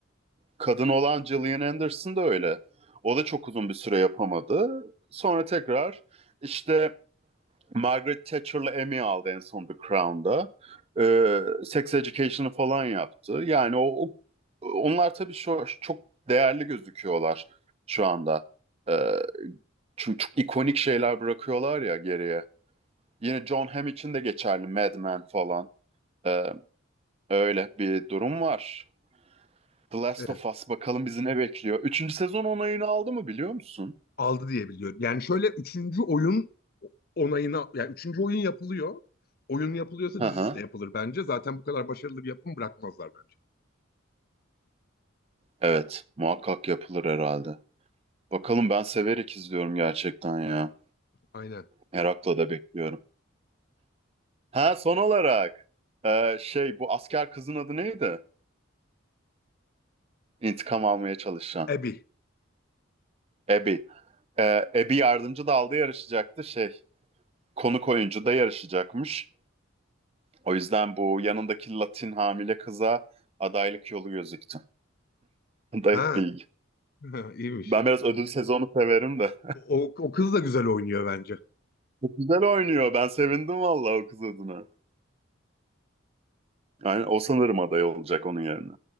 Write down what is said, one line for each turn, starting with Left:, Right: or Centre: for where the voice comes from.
Right: Kadın olan Gillian Anderson da öyle. O da çok uzun bir süre yapamadı. Sonra tekrar işte Margaret Thatcher'la Emmy aldı en son The Crown'da. Ee, Sex Education'ı falan yaptı. Yani o, o- onlar tabii şu, çok değerli gözüküyorlar şu anda. Ee, çünkü çok ikonik şeyler bırakıyorlar ya geriye. Yine John Hamm için de geçerli Mad Men falan. Ee, öyle bir durum var. The Last
Left: Evet.
Right: of Us bakalım bizi ne bekliyor. Üçüncü sezon onayını aldı mı biliyor musun?
Left: aldı diye biliyorum. Yani şöyle üçüncü oyun onayına yani üçüncü oyun yapılıyor. Oyun yapılıyorsa
Right: Hı
Left: dizisi
Right: hı.
Left: de yapılır bence. Zaten bu kadar başarılı bir yapım bırakmazlar bence.
Right: Evet, muhakkak yapılır herhalde. Bakalım ben severek izliyorum gerçekten ya.
Left: Aynen.
Right: Merakla da bekliyorum. Ha son olarak e, şey bu asker kızın adı neydi? İntikam almaya çalışan.
Left: Abby.
Right: Abby. E, Abby yardımcı dalda yarışacaktı şey. Konuk oyuncu da yarışacakmış. O yüzden bu yanındaki Latin hamile kıza adaylık yolu gözüktü. <laughs> Dayık
Left: Ha.
Right: bilgi.
Left: <laughs> iyiymiş.
Right: Ben biraz ödül sezonu severim de.
Left: O, o kız da güzel oynuyor bence.
Right: Çok güzel oynuyor. Ben sevindim vallahi o kız adına. Yani o sanırım aday olacak onun yerine.